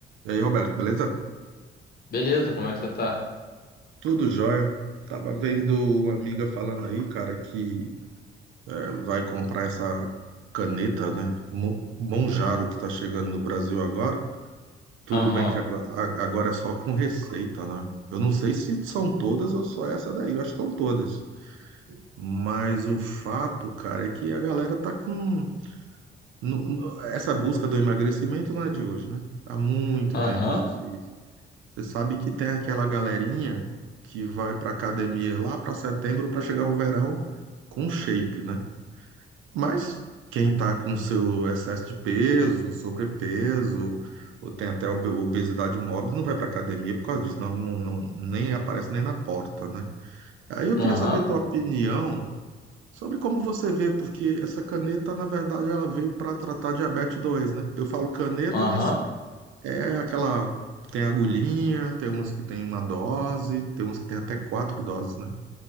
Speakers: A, on the right; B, on the left.
A: E aí, Roberto, beleza?
B: Beleza, como é que você tá?
A: Tudo jóia. Tava vendo uma amiga falando aí, cara, que eh, vai comprar essa caneta, né? Mon- Monjaro, que tá chegando no Brasil agora. Tudo
B: Aham,
A: bem que agora a- agora é só com receita, né? Eu não sei se são todas ou só essa daí. Eu acho que são todas. Mas o fato, cara, é que a galera tá com. no- no- Essa busca do emagrecimento não é de hoje, né? Há muito
B: aham,
A: tempo existe isso. Você sabe que tem aquela galerinha que vai pra academia lá pra setembro pra chegar o verão com shape, né? Mas quem tá com seu excesso de peso, sobrepeso, ou tem até obe- obesidade mórbis, não vai pra academia por causa disso, não, não- não- nem aparece nem na porta, né? Aí eu
B: aham,
A: queria saber a tua opinião sobre como você vê, porque essa caneta, na verdade, ela veio para tratar diabetes 2, né? Eu falo caneta,
B: aham,
A: mas é aquela. Tem agulhinha, tem umas que tem uma dose, tem umas que tem até quatro doses, né?